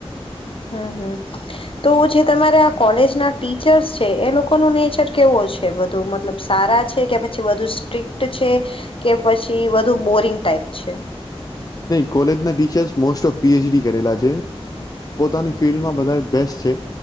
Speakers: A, on the left (about 60°); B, on the left (about 35°).
A: હ હ તો જે તમારે આ કોલેજના ટીચર્સ છે એ લોકોનુ નેચર કેવો છે બધું મતલબ સારા છે કે પછી બધુ સ્ટ્રિક્ટ છે કે પછી વધ બધુ બોરિંગ ટાઈપ છે.
B: નહી કોલેજના ટીચર્સ મોસ્ટ ઓફ પીએચડી કરેલા છે પોતાની ફિલ્ડમાં બધાએ બેસ્ટ છે